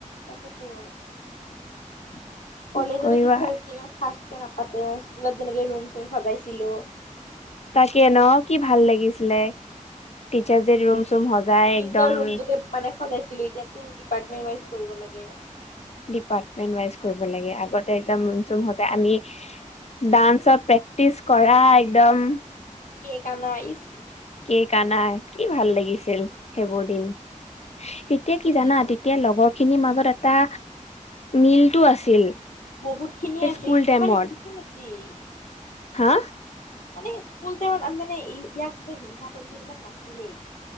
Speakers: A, on the left; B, on the left.
A: তাকেইতো।
B: <inaudible>
A: কলেজতো
B: কৰিবা
A: টিচাৰ্ছ ডে ইমান খাচকে নাপাতে, স্কুলত যেনেকে ৰুম চুম সজাইছিলো।
B: তাকে ন কি ভাল লাগিছিলে! টিচাৰ্ছ ডেত ৰুম চুম সজাই
A: নিজৰ
B: একদম
A: ৰুমটোতে মানে সজাইছিলো এতিয়াতো ডিপাৰ্টমেণ্ট ৱাইজ কৰিব লাগে।
B: ডিপাৰ্টমেন্ট ৱাইজ কৰিব লাগে, আগতে একদম ৰুম চুম সজাই আমি ডান্সৰ প্ৰেক্টিচ কৰা একদম
A: কেক আনা ইছ!
B: কেক আনা কি ভাল লাগিছিল সেইবোৰ দিন! তেতিয়া কি
A: গুচি
B: জানা?
A: গ'ল।
B: তেতিয়া লগৰ খিনি মাজত এটা মিলটো আছিল।
A: বহুত খিনিয়ে
B: সেই
A: আছিল,
B: স্কুল টাইমত
A: ইমান হিংসা নাছিল।
B: হা
A: মানে স্কুল টাইত আমি মানে ইয়াক যে হিংসা কৰিম সেইবিলাক নাছিলেই।